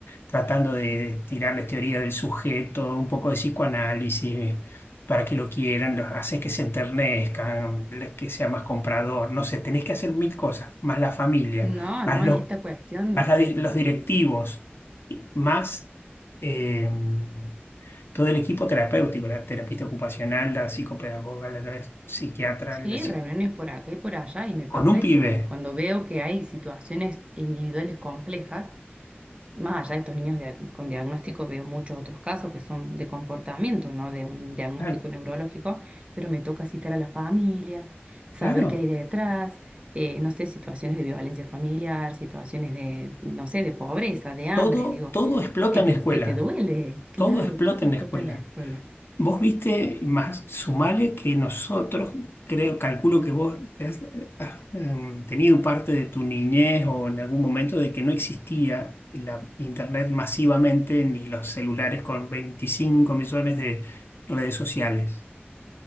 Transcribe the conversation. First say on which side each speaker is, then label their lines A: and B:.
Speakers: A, on the left; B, on the right.
A: tratando de tirarles teoría del sujeto, un poco de psicoanálisis para que lo quieran, los haces que se enternezcan, le- que sea más comprador, no sé, tenés que hacer mil cosas, más la familia,
B: No,
A: más
B: no,
A: los,
B: y esta cuestión
A: más la
B: del,
A: di- los
B: del...
A: directivos, y más... em, todo el equipo terapéutico, la terapista ocupacional, la psicopedagoga, la, la psiquiatra,
B: Sí,
A: la psic-
B: reuniones por acá y por allá, y me
A: con
B: pasa
A: un
B: esto,
A: pibe.
B: que cuando veo que hay situaciones individuales complejas, Más allá de estos niños dia- con diagnóstico, veo muchos otros casos que son de comportamiento, no de un diagnóstico
A: Claro,
B: neurológico, pero me toca citar a las familias, saber
A: claro.
B: qué hay detrás, eh, no sé, situaciones de violencia familiar, situaciones de, no sé, de pobreza, de hambre,
A: Todo,
B: digo,
A: todo explota
B: que
A: en
B: te,
A: la escuela.
B: que te duele. Claro,
A: Todo explota
B: todo explota
A: en la escuela.
B: en la escuela.
A: Vos viste, más sumale que nosotros, creo, calculo que vos has, eh, has, eh, tenido parte de tu niñez o en algún momento de que no existía la internet masivamente ni los celulares con 25 millones de redes sociales.